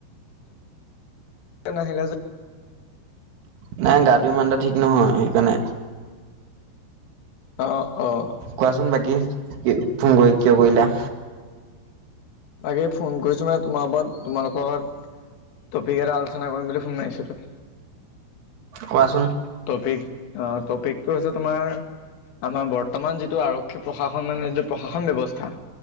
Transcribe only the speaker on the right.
নাই গাটো ইমান এটা ঠিক নহয় হেইকাৰণে।
কোৱাচোন বাকী, কি ফোন কৰি কিয় কৰিলা।
কোৱা চোন।